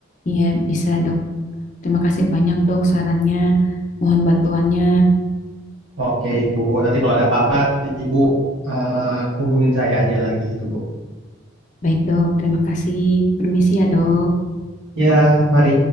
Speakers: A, on the left; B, on the right.
A: Iya, bisa, Dok. Terima kasih banyak, Dok, sarannya. Mohon bantuannya.
B: Oke, ibu. Nanti kalau ada apa-apa, i- ibu eh, hubungin saya aja lagi gitu, bu.
A: Baik, Dok. Terima kasih. Permisi ya,
B: Oke.
A: Dok.
B: Ya, mari.